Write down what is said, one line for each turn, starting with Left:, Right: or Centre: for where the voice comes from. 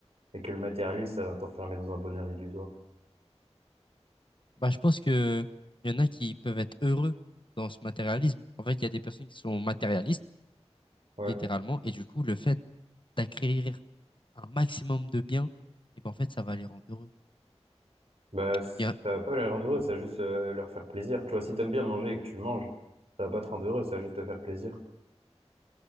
Right: et que le matérialisme, ça va t'enfermer dans un bonheur illusoire.
Left: Bah, je pense que il y en a qui peuvent être heureux dans ce matérialisme. En fait, il y a des personnes qui sont matérialistes,
Right: Ouais.
Left: littéralement, et du coup, le fait d'acquérir un maximum de biens, et ben, en fait, ça va les rendre heureux.
Right: Bah, ça
Left: Il y a...
Right: va pas les rendre heureux, ça va juste euh, leur faire plaisir. Tu vois, si t'aimes bien manger et que tu manges, ça va pas te rendre heureux, ça va juste te faire plaisir.